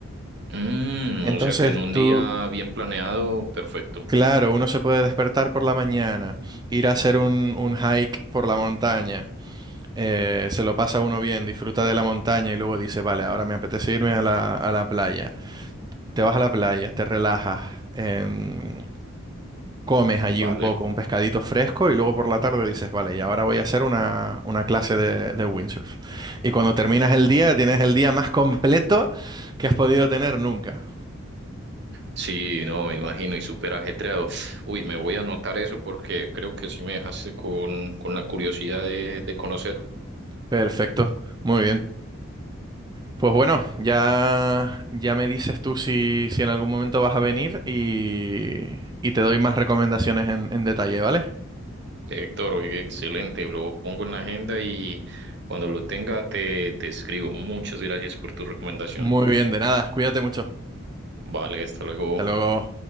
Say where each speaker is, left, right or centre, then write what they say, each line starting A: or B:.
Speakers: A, on the right (about 55°); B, on the right (about 20°).
A: Mm,
B: Entonces
A: o sea que en un
B: tú,
A: día bien planeado, perfecto.
B: claro, uno se puede despertar por la mañana, ir a hacer un, un hike por la montaña, eh, se lo pasa uno bien, disfruta de la montaña y luego dice, vale, ahora me apetece irme a la, a la playa. Te vas a la playa, te relajas, em, comes allí
A: Vale.
B: un poco, un pescadito fresco y luego por la tarde dices, vale, y ahora voy a hacer una, una clase de, de windsurf. Y cuando terminas el día, tienes el día más completo que has podido tener nunca.
A: Sí, no, me imagino, y súper ajetreado. Uy, me voy a anotar eso porque creo que sí me dejaste con, con la curiosidad de, de conocer.
B: Perfecto, muy bien. Pues bueno, ya, ya me dices tú si, si en algún momento vas a venir y, y te doy más recomendaciones en en detalle, ¿vale?
A: Héctor, oye, excelente, lo pongo en la agenda y cuando lo tenga te, te escribo. Muchas gracias por tu recomendación.
B: Muy bien, de nada. Cuídate mucho.
A: Vale, hasta luego.
B: Hasta luego.